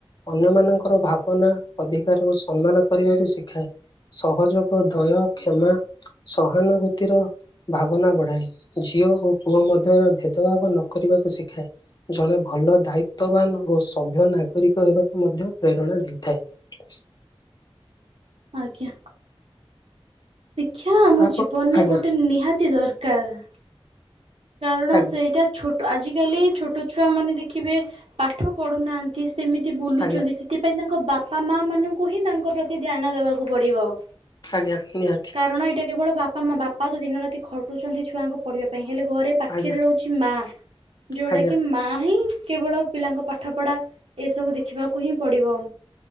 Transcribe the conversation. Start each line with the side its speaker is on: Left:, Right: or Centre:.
Left: ଅନ୍ୟମାନଙ୍କର ଭା ଭାବନା ଅଧିକାରକୁ ସମ୍ମାନ କରିବାକୁ ଶିଖାଏ। ସହଯୋଗ, ଦୟ, କ୍ଷମା, ସହାନୁଭୂତିର ଭାବନା ବଢାଏ। ଝିଅ ଓ ପୁଅ ମଧ୍ୟରେ ଭେଦଭାବ ନକରିବାକୁ ଶିଖାଏ। ଜଣେ ଭଲ ଦାୟିତ୍ୱବାନ ଓ ସଭ୍ୟ ନାଗରିକ ହେବାକୁ ମଧ୍ୟ ପ୍ରେରଣା ଦେଇଥାଏ।
Right: ଆଜ୍ଞା। ଶିକ୍ଷା ଆମ
Left: ତାପ
Right: ଜୀବନରେ
Left: ଆଜ୍ଞା
Right: ଗୋଟେ ନିହାତି ଦରକାର। କାରଣ
Left: ଆଜ୍ଞା
Right: ସେଇଟା ଛୋଟ। ଆଜିକାଲି ଛୋଟ ଛୁଆ ମାନେ ଦେଖିବେ ପାଠ ପଢୁନାହାନ୍ତି। ସେମିତି ବୁଲୁଛନ୍ତି।
Left: ଆଜ୍ଞା
Right: ସେଥିପାଇଁ ତାଙ୍କ ବାପା ମା, ମାନଙ୍କୁ ହିଁ ତାଙ୍କ ପ୍ରତି ଧ୍ୟାନ ଦେବାକୁ ପଡିବ।
Left: ଆଜ୍ଞା ନିହାତି।
Right: କାରଣ ଏଇଟା କେବଳ ବାପା ମା। ବାପା ତ ଦିନ ରାତି ଖଟୁଛନ୍ତି ଛୁଆଙ୍କୁ ପଢିବା ପାଇଁ। ହେଲେ ଘରେ ପାଖରେ
Left: ଆଜ୍ଞା
Right: ରହୁଛି ମା। ଯୋଉଟା
Left: ଆଜ୍ଞା
Right: କି ମା ହିଁ କେବଳ ପିଲାଙ୍କ ପାଠ ପଢା ଏ ସବୁ ଦେଖିବାକୁ ହିଁ ପଡିବ।